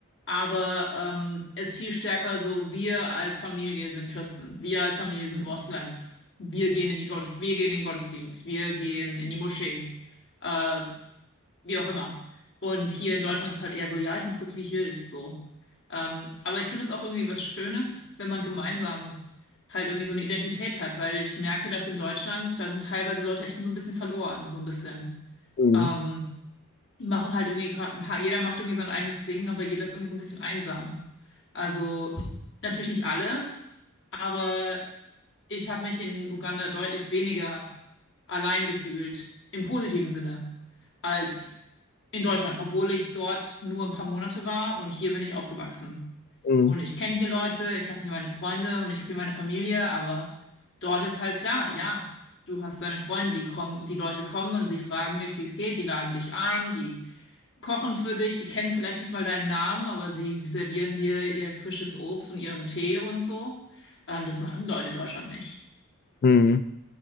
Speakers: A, on the left (about 60°); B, on the left (about 45°).
A: Aber ähm, es ist viel stärker so, wir als Familie sind Christen, wir als Familie sind Moslems, wir gehen in die Gottes, wir gehen in den Gottesdienst, wir gehen in die Moschee. Äh, wie auch immer. Und hier in Deutschland ist es halt eher so, ja, ich mache das, wie ich will, so. Ähm, aber ich finde es auch irgendwie was Schönes, wenn man gemeinsam halt irgendwie so eine Identität hat, weil ich merke, dass in Deutschland, da sind teilweise Leute echt so ein bisschen verloren, so ein bisschen.
B: Mhm.
A: Ähm, die machen halt irgendwie gerade, ha- jeder macht irgendwie sein eigenes Ding, aber jeder ist irgendwie so ein bisschen einsam. Also natürlich nicht alle, aber ich habe mich in Uganda deutlich weniger allein gefühlt, im positiven Sinne, als in Deutschland, obwohl ich dort nur ein paar Monate war und hier bin ich aufgewachsen.
B: Mhm.
A: Und ich kenne hier Leute, ich habe hier meine Freunde und ich habe hier meine Familie, aber dort ist halt klar, ja, du hast deine Freunde, die kommen, die Leute kommen und sie fragen dich, wie es geht, die laden dich ein, die kochen für dich, die kennen vielleicht nicht mal deinen Namen, aber sie servieren dir ihr frisches Obst und ihren Tee und so. Ähm, das machen die Leute in Deutschland nicht.
B: Mhm.